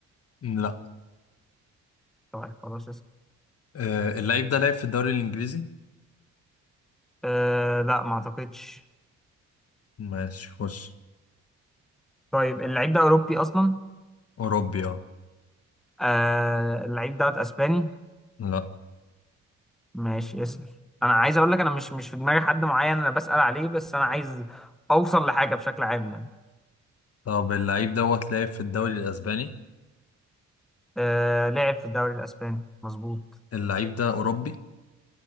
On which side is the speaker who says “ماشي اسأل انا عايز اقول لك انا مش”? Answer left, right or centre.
Centre